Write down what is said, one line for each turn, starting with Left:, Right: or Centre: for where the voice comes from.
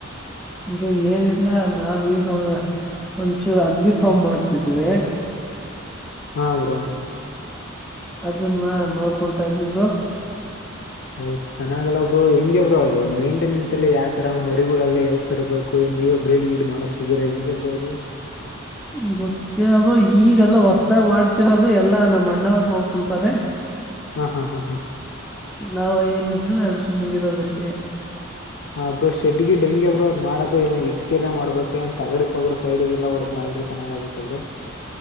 Centre: ಅರು ಏನಿಲ್ಲ ನಾವೀಗ ಒಂಚೂರು ಅಂದಿ ಫಾರ್ಮ್ ಮಾಡ್ತಿದೀವಿ
Left: ಹಾ ಬ್ರೋ
Centre: ಅದನ್ನ ನೋಡ್ಕೊತಾ ಇದೀನ್ ಬ
Left: ಓ್ ಚೆನ್ನಾಗಲ್ಲಬ್ರು ಹೆಂಗ ಬರು ಅದು ಮೇಂಟೆನೆನ್ಸ್ ಎಲ್ಲ ಯಾವ ತರ ಮರಿಗಳೆಲ್ಲ ಎಲ್ ತರಬೇಕು ನೀವೇ ಬ್ರೀಡ್ ಗೀಡ್ ಮಾಡಿಸ್ತಿದ್ದೀರಾ ಹೆಂಗೆ ಬರೋದು
Centre: <unintelligible> ಗೊತ್ತಿರಬ ಈಗಲ್ಲಾ ಹೊಸ್ದಾಗ್ ಮಾಡ್ತಿರೋದು ಎಲ್ಲಾ ನಮ್ಮ್ ಅಣ್ಣವರು ನೋಡ್ಕೊಂತಾರೆ
Left: ಹಾ ಹಾ ಹಾ ಹಾ
Centre: ನಾವ ಏನಿದ್ರೆ ಅಲ್ಲಿ ಸುಮ್ಗಿರೋದಷ್ಟೇ
Left: ಹಬ್್ರರು ಶೆಡ್ಗಿ ಡಂಗೆ ಬಬ್ರು ಅದ್ ಮಾಡದು ಏನು ಇಟ್ಕಿಯಲ್ಲ ಮಾಡ್ಬೇಕ ಏನ್ ತಗಡಿ ಪಗಡು ಸೈಡ್ಿಗೆ ಎಲ್ಲಾ ಒಡ್ದ್ ಮಾಡ ್ರೆ ಚೆನ್ನಾಗ ಆಗುತ್ತವ್ರು